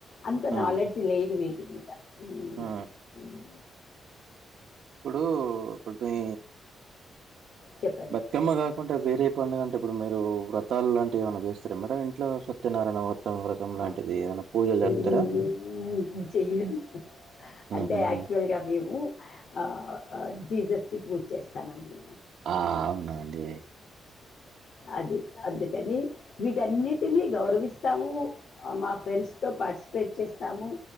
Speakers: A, on the left; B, on the right.
A: అంత
B: ఆ!
A: నాలెడ్జీ లేదు వీటి మీద
B: ఆ
A: అది ఉమ్,
B: ఇప్పుడు ఇప్పుడు పోయి
A: చెప్పండి
B: చక్కమ్మ కాకుంటే వేరే పండగ అంటే ఇప్పుడు మీరు వ్రతాలు లాంటి ఏమన్న చేస్తరా మేడం ఇంట్లో సత్యనారాయణ వ్రతం వ్రతం
A: ఆ
B: లాంటిది ఏమైనా పూజలు జరుపుతారా
A: నేను చేయ ను అంటే
B: ఉహుహు
A: యాక్చుల్ ఇక మేము ఆ జీసస్ కి పూజ చేస్తామండి
B: ఆ అవునండి
A: అది అందుకని వీటన్నిటినీ గౌరవిస్తాము మా ఫ్రెండ్స్ తో పార్టిసిపేట్ చేస్తాము